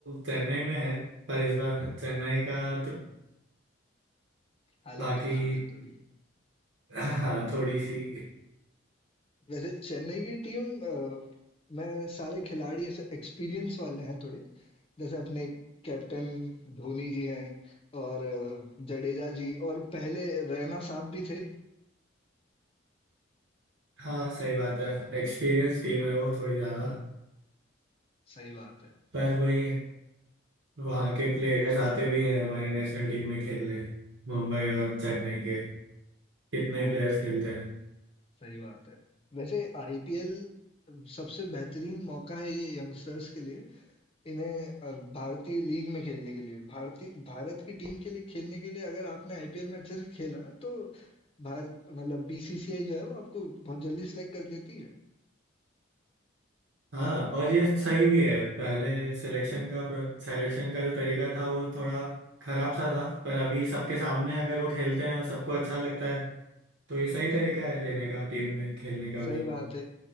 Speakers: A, on the right; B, on the left.
A: चेन्नई में है पर इस बार चेन्नई का तो
B: हालत
A: बाकी
B: खराब है थोड़ी
A: हाँ थोड़ी सी
B: वैसे चेन्नई की टीम अ, में सारे खिलाड़ी ऐसे एक्सपीरियंस वाले हैं थोड़े जैसे अपने कैप्टन धोनी जी हैं और अ, जडेजा जी और पहले रैना साहब भी थे
A: हाँ सही बात है एक्सपीरियंस टीम है वो थोड़ी ज्यादा
B: सही बात है
A: पर वही वहाँ के प्लेयर्स आते भी हैं हमारी नेशनल टीम में खेलने मुंबई और चेन्नई के कितने
B: वो
A: प्लेयर्स
B: भी है
A: खेलते
B: सही बात है वैसे आईपीएल सबसे बेहतरीन मौका है ये यंगस्टर्स के लिए इन्हें अ, भारतीय लीग में खेलने के लिए भारतीय भारत की टीम के लिए खेलने के लिए अगर आपने आईपीएल में अच्छे से खेला तो भारत मतलब बीसीसीआई जो है वो आपको बहुत जल्दी सिलेक्ट कर लेती है
A: हाँ और ये सही भी है पहले सिलेक्शन का सिलेक्शन का जो तरीका था वो थोड़ा खराब सा था पर अभी सबके सामने अगर वो खेलते हैं और सबको अच्छा लगता है तो ये सही तरीका है लेने का टीम में खेलने का
B: सही
A: भी
B: बात है